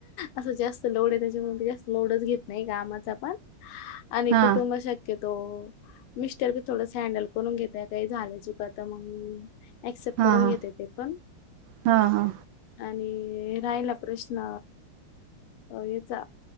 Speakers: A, on the left (about 85°); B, on the right (about 85°).
A: असं जास्त लोड आहे त्याच्या मी जास्त लोडच घेत नाही कामाच पण आणि
B: हा
A: कुटुंब शक्य तो मिस्टर बी थोडस हँडल करून घेतय काही झालंय चुक तर मग ऍक्सेप्ट
B: हा
A: करून घेते
B: हा
A: ते पण
B: हा हा
A: आणि ते राहिला प्रश्न याचा